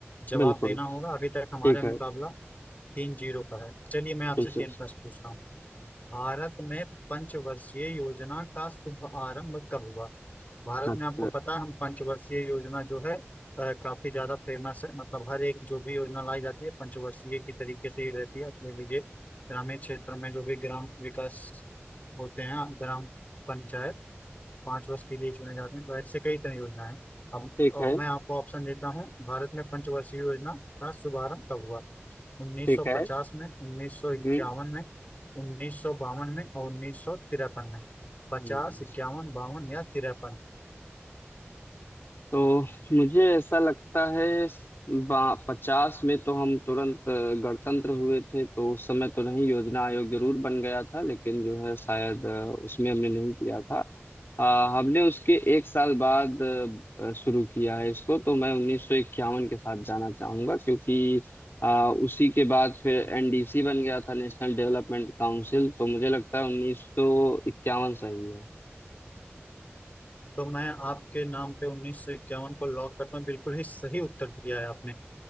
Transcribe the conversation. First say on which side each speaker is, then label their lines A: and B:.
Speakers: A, on the left; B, on the left.
A: जवाब
B: बिल्कुल
A: देना होगा अभी तक हमारा
B: ठीक
A: मुकाबला
B: है
A: तीन जीरो का है चलिए मैं आपसे
B: ठीक
A: तीन
B: है
A: प्रश्न पूछता हूँ भारत में पंचवर्षीय योजना का शुभ आरंभ कब हुआ भारत
B: अच्छा
A: में आपको पता है हम पंचवर्षीय योजना जो है अ, काफी ज्यादा फेमस है मतलब हर एक जो भी योजना लाई जाती है पंचवर्षीय की तरीके से ही रहती है आप ले लीजिए ग्रामीण क्षेत्र में जो भी ग्राम विकास होते हैं ग्राम पंचायत पांच वर्ष के लिए चुने जाते हैं तो ऐसे कई तरह की योजनाएं हैं अब
B: ठीक
A: और
B: है
A: मैं आपको ऑप्शन देता हूँ भारत में पंचवर्षीय योजना का शुभारंभ कब हुआ 1950
B: ठीक है
A: में 1951
B: हम्म
A: में 1952 में और 1953 में पचास
B: हम्म।
A: इक्यावन बावन या तिरपन
B: तो मुझे ऐसा लगता है पचास में तो हम तुरंत अ, गणतंत्र हुए थे तो उस समय तो नहीं योजना आयोग जरूर बन गया था लेकिन जो है शायद अ, उसमें हमने नहीं किया था अ, हमने उसके एक साल बाद अ, शुरू किया है इसको तो मैं उन्नीस सौ इक्यावन के साथ जाना चाहूंगा क्योंकि अ, उसी के बाद फिर एनडीसी बन गया था नेशनल डेवलपमेंट काउंसिल तो मुझे लगता है उन्नीस सौ इक्यावन सही है
A: तो मैं आपके नाम पे 1951 को लॉक करता हूँ बिल्कुल ही सही उत्तर दिया है आपने